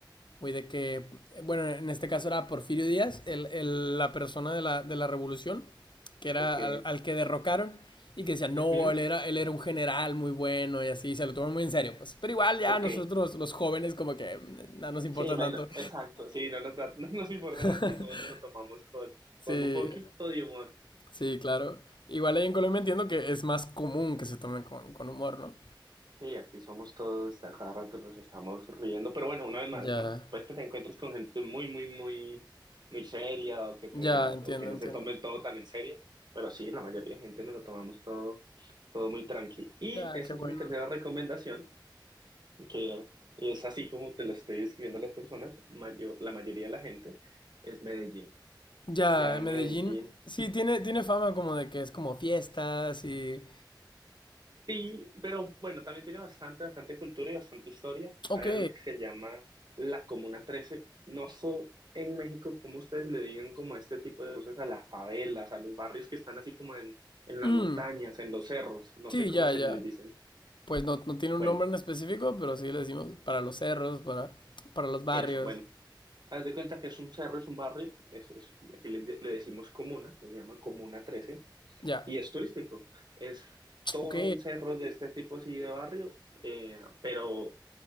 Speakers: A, on the left (about 70°); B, on the right (about 60°).
A: muy de que, bueno, en este caso era Porfirio Díaz, el, el- la persona de la, de la revolución, que era
B: Ok,
A: al, al que derrocaron, y que decía, no,
B: ujú,
A: él era, él era un general muy bueno y así, se lo toman muy en serio, pues. Pero igual ya
B: ok.
A: nosotros, los jóvenes, como que mm, no nos importa
B: Sí, bueno,
A: tanto.
B: exacto, sí, no nos, da- <laughs> no nos importa
A: <laughs>
B: tanto y todos nos lo tomamos con,
A: sí,
B: con un poquito de humor.
A: sí, claro. Igual ahí en Colombia entiendo que es más común que se tomen con, con humor, ¿no?
B: Sí, aquí somos todos, a cada rato nos estamos riendo, pero bueno, una vez más,
A: Ya,
B: ¿no? Pues que te encuentres con gente muy, muy, muy, muy seria o que, te,
A: ya, entiendo,
B: o que no
A: entiendo.
B: se tome todo tan en serio, pero sí, la mayoría de gente nos lo tomamos todo, todo muy tranqui. Y
A: Ya,
B: esa
A: qué bueno.
B: es mi tercera recomendación, que es así como te lo estoy describiendo a las personas, mayo- la mayoría de la gente es Medellín.
A: Ya,
B: Ya en
A: Medellín,
B: Medellín.
A: sí, tiene, tiene fama como de que es como fiestas y...
B: Sí, pero bueno, también tiene bastante, bastante cultura y bastante historia.
A: Ok.
B: Hay algo que se llama la Comuna Trece. No sé en México cómo ustedes le digan como este tipo de cosas a las favelas, a los barrios que están así como en, en las
A: Mm,
B: montañas, en los cerros. No
A: sí,
B: sé cómo
A: ya,
B: se
A: ya.
B: les dicen.
A: Pues no, no tiene
B: Bueno,
A: un nombre en específico, pero sí le decimos para los cerros, para, para los barrios.
B: eso, bueno. Haz de cuenta que es un cerro, es un barrio, eso es, y aquí le, de- le decimos comuna, se llama Comuna Trece
A: Ya.
B: y es turístico. Es todo
A: Ok.
B: un cerro de este tipo así de barrio, eh, pero